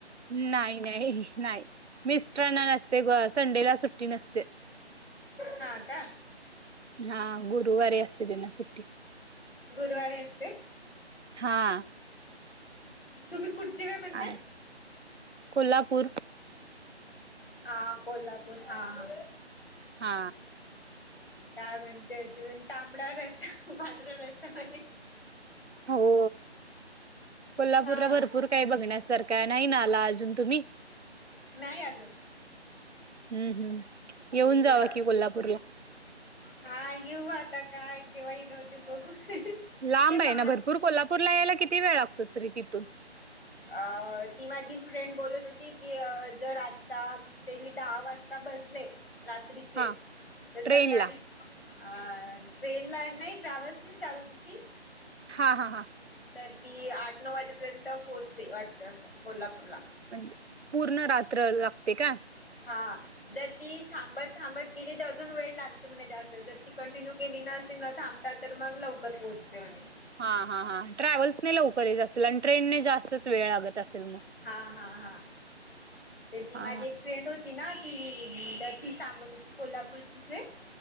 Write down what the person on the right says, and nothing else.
नाही नाही नाही मिस्टरांना नसते ग संडेला सुट्टी नसते
हा गुरुवारी असते तेना सुट्टी
हा
आ- कोल्हापूर
हा
हो कोल्हापूरला
भरपूर काही बघण्यासारखं आहे, नाही ना आला अजून तुम्ही
हम्म हम्म येऊन
जावा कि कोल्हापूरला
लांब
आहे ना भरपूर कोल्हापूरला यायला किती वेळ लागतो तरी तिथून?
हा
ट्रेनला
हां हां हां.
म्हणजे पूर्ण रात्र लागते का?
हा हा हा ट्रॅव्हल्सनेे लवकरच असेल आणि ट्रेनने जास्तच वेळ लागत असेल मग?
हा